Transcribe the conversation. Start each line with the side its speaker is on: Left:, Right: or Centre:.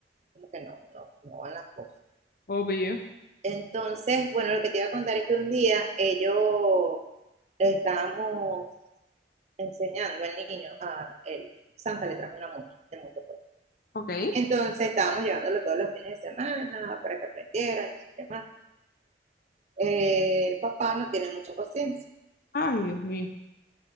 Right: como que no, no, no van las cosas.
Left: Obvio.
Right: Entonces, bueno, lo que te iba a contar es que un día ellos estábamos enseñando al niño a él. Santa le trajo una moto de motocross.
Left: Ok.
Right: Entonces estábamos llevándolo todos los fines de semana para que aprendiera, no sé qué más. Eh, el papá no tiene mucha paciencia.
Left: Ay, Dios mío.